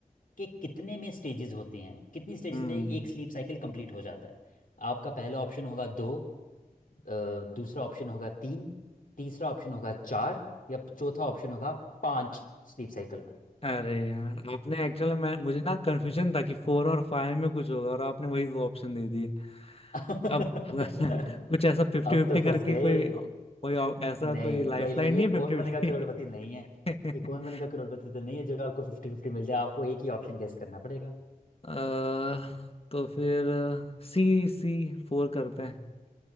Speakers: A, on the left; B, on the left.
A: के कितने में स्टेजेस होते हैं कितनी स्टेजेस
B: हम्म
A: में एक स्लीप साइकिल कंप्लीट हो जाता है आपका पहला ऑप्शन होगा दो अ, दूसरा ऑप्शन होगा तीन तीसरा ऑप्शन होगा चार या चौथा ऑप्शन होगा पांच स्लीप साइकिल में
B: अरे यार आपने एक्चुअली मैं मुझे ना कंफ्यूजन था कि फोर और फाइव में कुछ होगा और आपने वही दो ऑप्शन दे दिए
A: <laughs>
B: अब <laughs> कुछ ऐसा फिफ्टी
A: अब
B: फिफ्टी
A: तो फंस
B: करके
A: गए
B: कोई कोई और- ऐसा
A: नहीं
B: कोई लाइफ
A: कोई
B: लाइन नहीं
A: ये
B: है
A: कौन
B: फिफ्टी
A: बनेगा करोड़पति
B: फिफ्टी
A: नहीं है ये कौन
B: <laughs>
A: बनेगा करोड़पति तो नहीं है जो आपको फिफ्टी फिफ्टी मिल जाए आपको एक ही ऑप्शन गेस करना पड़ेगा
B: अ, तो फिर सी सी फोर करते हैं